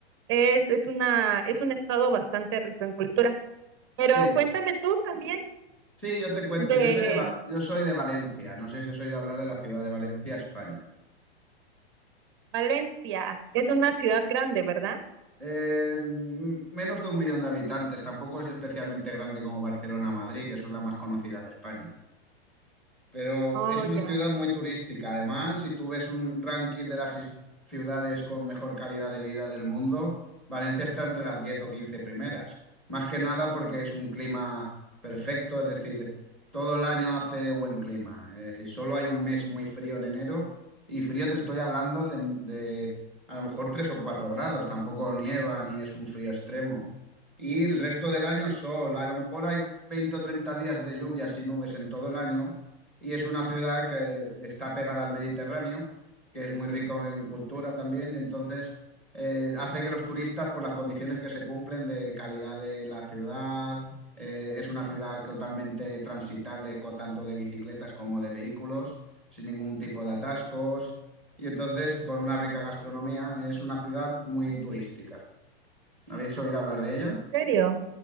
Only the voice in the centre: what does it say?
Sí,
sí, yo te cuento,
yo soy de, Va- yo soy de Valencia, no sé si soy de hablar de la ciudad de Valencia, España.
Eh, mm, menos de un millón de habitantes, tampoco es especialmente grande como Barcelona o Madrid, que son las más conocidas de España. Pero
es una
ciudad muy turística. Además, si tú ves un ranking de las is- ciudades con mejor calidad de vida del mundo, Valencia está entre las 10 o 15 primeras. Más que nada porque es un clima perfecto, es decir, todo el año hace buen clima. Es decir, solo hay un mes muy frío en enero y frío te estoy hablando de, de a lo mejor 3 o 4 grados. Tampoco nieva ni es un frío extremo. Y el resto del año sol. A lo mejor hay 20 o 30 días de lluvias y nubes en todo el año y es una ciudad que está pegada al Mediterráneo, que es muy rico en cultura también, y entonces eh, hace que los turistas, por las condiciones que se cumplen de calidad de la ciudad, eh, es una ciudad totalmente transitable, co- tanto de bicicletas como de vehículos, sin ningún tipo de atascos, y entonces con una rica gastronomía, es una ciudad muy turística. ¿Habéis oído hablar de ella?